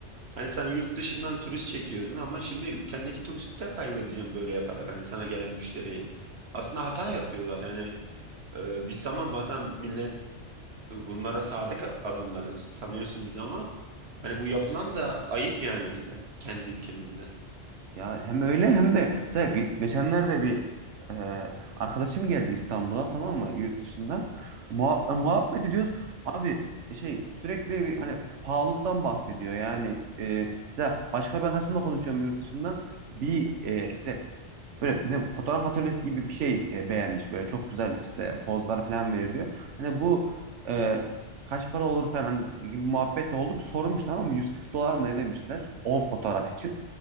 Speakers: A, on the right; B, on the right.
A: Hani sen yurt dışından turist çekiyordun ama şimdi ülkendeki turisti de kaybedeceğim böyle yaparak hani sana gelen müşteriyi. Aslında hata yapıyorlar. Yani e, biz tamam vatan millet bunlara sadık adamlarız. Tanıyorsun bizi ama hani bu yapılan da ayıp yani bize kendi ülkemizde.
B: Ya hem öyle hem de mesela ge- geçenlerde bir e, arkadaşım geldi İstanbul'a tamam mı yurt dışından. Muha- e, muhabbet ediyoruz. Abi e, şey sürekli bir hani pahalılıktan bahsediyor. Yani e, mesela başka bir arkadaşımla konuşuyorum yurt dışından. Bir e, işte Böyle ne fotoğraf atölyesi gibi bir şey e, beğenmiş böyle çok güzel işte pozlar falan veriliyor. Hani bu e, kaç para olur falan hani gibi muhabbet de oldu. Bir sormuş tamam mı? 140 dolar mı ne demişler 10 fotoğraf için.